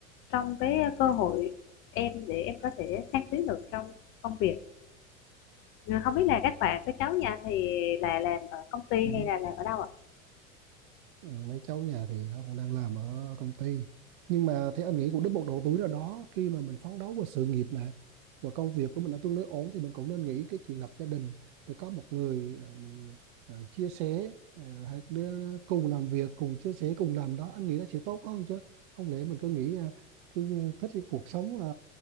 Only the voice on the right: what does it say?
Ừ.
Ừ, mấy cháu nhà thì nó cũng đang làm ở công ty nhưng mà thì anh nghĩ cũng đến một độ tuổi nào đó khi mà mình phấn đấu vào sự nghiệp này và công việc của mình nó tương đối ổn thì mình cũng nên nghĩ cái chuyện lập gia đình để có một người ờ, mình ờ, chia sẻ ờ, hay đứa cùng làm việc cùng chia sẻ cùng làm đó anh nghĩ nó sẽ tốt hơn chứ không lẽ mình cứ nghĩ à, cứ thích cái cuộc sống à,